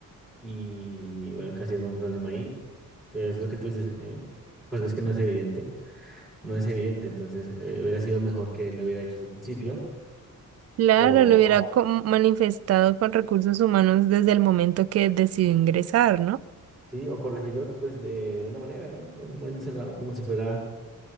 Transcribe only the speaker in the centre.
Y bueno, casi era un problema ahí. Pero eso es lo que tú dices, eh, pues no es que no es evidente, no es evidente, entonces eh, hubiera sido mejor que lo hubiera hecho desde el principio.
O,
o-
sí, o corregirlo pues de, de buena manera, ¿no? No poniéndose rabón como si fuera